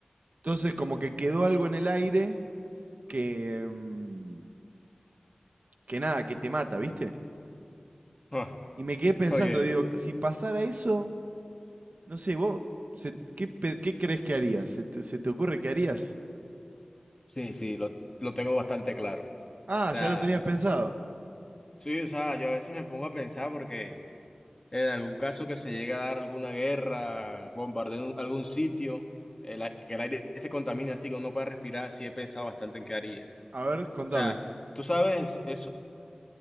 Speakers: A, on the right; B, on the left.
A: Entonces, como que quedó algo en el aire que, mm, que nada, que te mata, ¿viste?
B: Ah,
A: Y me
B: <laughs>
A: quedé pensando,
B: oye,
A: digo, si pasara eso, no sé, vos, se- ¿qué, pe- qué crees que harías? ¿Se te, se te ocurre que harías?
B: sí, sí, lo, lo tengo bastante claro. O
A: Ah,
B: sea,
A: ya lo tenías pensado.
B: sí, o sea, yo a veces me pongo a pensar porque en algún caso que se llegue a dar alguna guerra, bombardeo en algún sitio, el a- que el aire se contamine así, que uno no pueda respirar, sí he pensado bastante en qué haría. O
A: A ver, contame.
B: sea, Tú sabes, esos